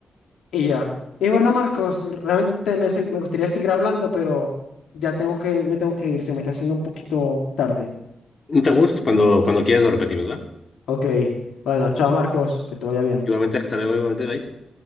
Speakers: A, on the left; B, on the left.
A: Y ya. Y bueno, Marcos, realmente me, se- me gustaría seguir hablando, pero ya tengo que, me tengo que ir, se me está haciendo un poquito tarde.
B: No te aburres, cuando, cuando quieras lo repetimos, ¿va?
A: Ok. Bueno, chao, Marcos, que te vaya bien.
B: Igualmente, hasta luego, igualmente, bye.